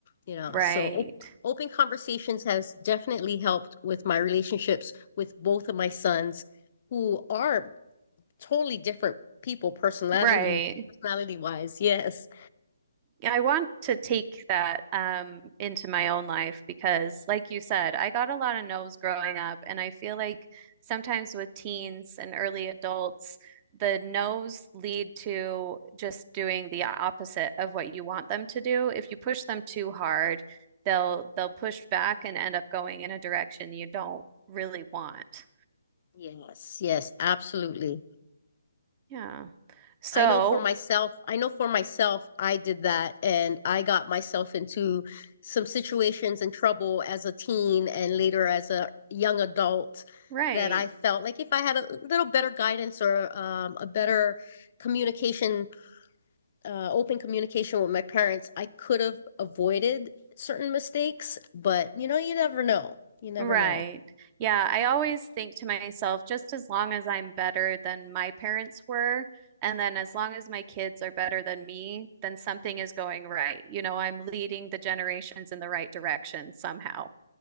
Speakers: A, on the left (about 40°); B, on the right (about 25°).
A: you know
B: Right.
A: so op- open conversations has definitely helped with my relationships with both of my sons who are totally different people personality
B: Right.
A: personality wise. Yes.
B: Yeah, I want to take that um, into my own life because, like you said, I got a lot of no's growing up. And I feel like sometimes with teens and early adults, the no's lead to just doing the opposite of what you want them to do. If you push them too hard, they'll they'll push back and end up going in a direction you don't really want.
A: Yes, yes, absolutely.
B: Yeah. So,
A: I know for myself, I know for myself, I did that and I got myself into some situations and trouble as a teen and later as a young adult
B: right.
A: that I felt like if I had a little better guidance or um, a better communication, uh, open communication with my parents, I could have avoided certain mistakes. But you know, you never know. You never
B: Right.
A: know.
B: Yeah, I always think to myself, just as long as I'm better than my parents were, and then as long as my kids are better than me, then something is going right. You know, I'm leading the generations in the right direction somehow.